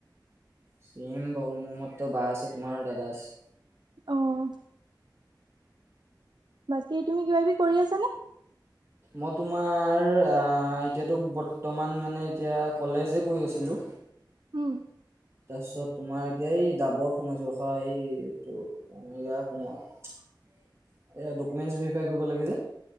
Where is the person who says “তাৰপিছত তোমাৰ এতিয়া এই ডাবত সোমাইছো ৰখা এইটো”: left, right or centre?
Right